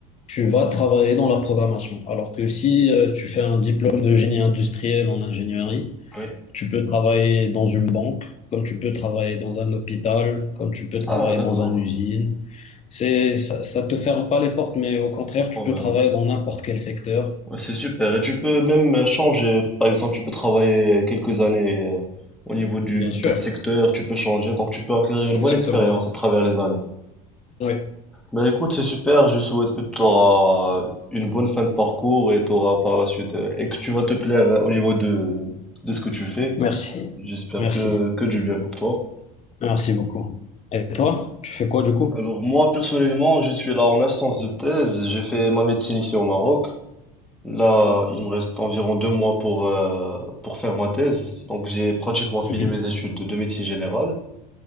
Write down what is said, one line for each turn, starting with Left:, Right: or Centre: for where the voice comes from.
Left: tu vas travailler dans la programmation. Alors que si euh, tu fais un diplôme de génie industriel en ingénierie,
Centre: oui.
Left: tu peux travailler dans une banque, comme tu peux travailler dans un hôpital, comme tu peux travailler
Centre: Ah, d'accord.
Left: dans une usine. C'est, ça, ça te ferme pas les portes, mais au contraire, tu
Centre: On
Left: peux
Centre: va-
Left: travailler dans n'importe quel secteur.
Centre: ouais, c'est super. Et tu peux même euh, changer. Par exemple, tu peux travailler quelques années euh, au niveau du,
Left: Bien
Centre: d'un
Left: sûr,
Centre: secteur, tu peux changer. Donc, tu peux acquérir
Left: exactement.
Centre: une bonne expérience à travers les années.
Left: Oui,
Centre: Ben écoute, c'est super. Je souhaite que tu auras une bonne fin de parcours et tu auras par la suite, euh, et que tu vas te plaire euh, au niveau de, de ce que tu fais.
Left: merci.
Centre: J'espère
Left: Merci.
Centre: que, que du bien pour toi.
Left: Merci beaucoup. Et toi, tu fais quoi du coup?
Centre: Alors, moi, personnellement, je suis là en instance de thèse. J'ai fait ma médecine ici au Maroc. Là, il me reste environ deux mois pour, euh, pour faire ma thèse. Donc, j'ai pratiquement fini
Left: Mhm.
Centre: mes études de, de médecine générale.